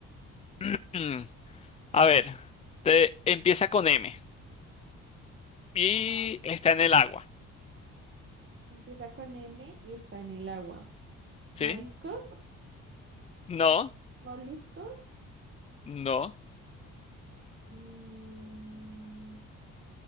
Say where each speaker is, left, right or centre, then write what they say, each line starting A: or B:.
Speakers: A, on the left; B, on the right.
A: <clears throat> A ver, te- empieza con M y
B: Ajá.
A: está en el agua,
B: Empieza con M y está en el agua.
A: ¿sí?
B: ¿Mariscos?
A: No,
B: ¿Moluscos?
A: no,
B: Mm,